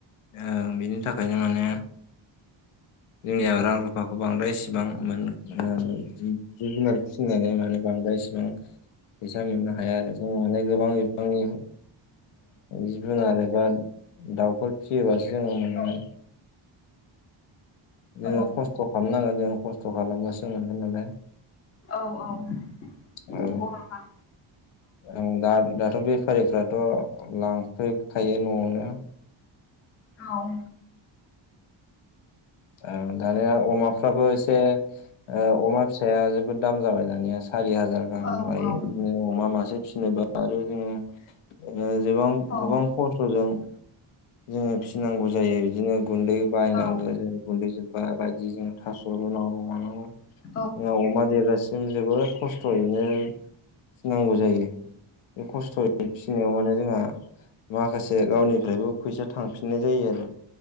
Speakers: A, on the left; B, on the left.
A: ओ बिनि थाखायनो माने जोंनि रां रुफाखौ बांद्राय इसेबां मोन ओ जिब जुनार फिसिनानै माने बांद्राय इसेबां फैसा मोननो हाया आरो जों माने गोबां बिबांनि ओ जिब जुनार एबा दाउफोर फिसियोबासो जोङो मोननो
B: औ औ
A: जोङो खस्थ' खालामनांगोन जोङो खस्थ' खालामबासो मोनगोन नालाय।
B: औ औ। नंगौ
A: औ
B: नोंथां
A: औ दा दाथ' बे बेफारिफ्राथ' लांफैखायो न'आवनो
B: औ
A: ओ दानिया अमाफ्राबो एसे अमा फिसाया जोबोद दाम जाबाय दानिया सारि हाजार गाहाम
B: औ
A: लायो
B: औ
A: बिदिनो अमा मासे फिसिनोबा आरो जोङो ओ गोबां-
B: औ
A: गोबां खस्थ'जों जोंङो फिसिनांगौ जायो बिदिनो गुन्दै बायनांगौ
B: औ
A: जों गुन्दै जोब्बा बायदि जों थास' रूनांगौ मानांगौ
B: <inaudible>
A: जों अमा देरजासिम जोबोद खस्थ' खस्थ'यैनो फिसिनांगौ जायो बे खस्थ'यै फिसिनायाव माने जोंहा माखासे गावनिफ्रायबो फैसा थांफिननाय जायो आरो।